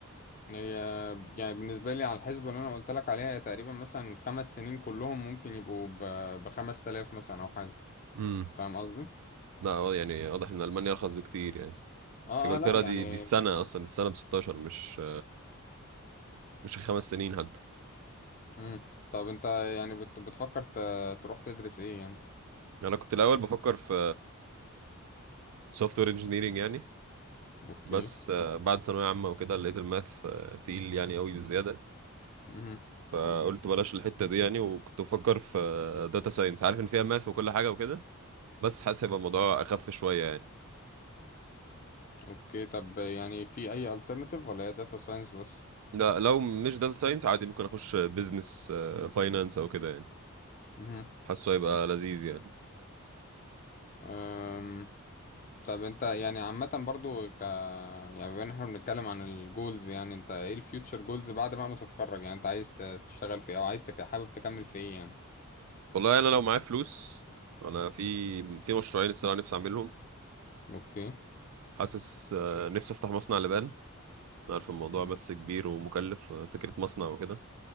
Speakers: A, on the left; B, on the right.
A: هي يعني بالنسبة لي على الحسبة اللي أنا قلت لك عليها هي تقريبا مثلا خمس سنين كلهم ممكن يبقوا ب- بخمس تلاف مثلا أو حاجة
B: امم
A: فاهم قصدي؟
B: لا آه، يعني واضح ان المانيا ارخص بكتير يعني
A: اه
B: بس انجلترا
A: اه لا يعني
B: دي دي السنة اصلا دي السنة ب 16 مش مش الخمس سنين حتى
A: مم. طب أنت يعني بت... بتفكر ت... تروح تدرس إيه يعني؟
B: انا كنت الاول بفكر في سوفت وير انجينيرنج يعني
A: أوكي
B: بس آه، بعد ثانوية عامة وكده لقيت الماث آه، تقيل يعني قوي بزيادة
A: مم.
B: فقلت بلاش الحتة دي يعني وكنت بفكر في داتا ساينس عارف ان فيها ماث وكل حاجة وكده بس حاسس هيبقى الموضوع اخف شوية يعني
A: أوكي طب يعني في أي alternative ولا هي داتا ساينس بس؟
B: لا لو مش داتا ساينس عادي ممكن اخش بيزنس فاينانس او كده يعني
A: مم.
B: حاسه هيبقى لذيذ يعني
A: أم... طب انت يعني عامة برضو ك يعني بما ان احنا بنتكلم عن الجولز يعني انت ايه الفيوتشر جولز بعد بقى ما تتخرج يعني انت عايز ت- تشتغل في ايه او عايز تك... حابب تكمل في ايه يعني
B: والله انا لو معايا فلوس انا في في مشروعين الصراحة نفسي اعملهم
A: اوكي
B: حاسس آه، نفسي افتح مصنع لبان عارف الموضوع
A: مم.
B: بس كبير ومكلف آه، فكرة مصنع وكده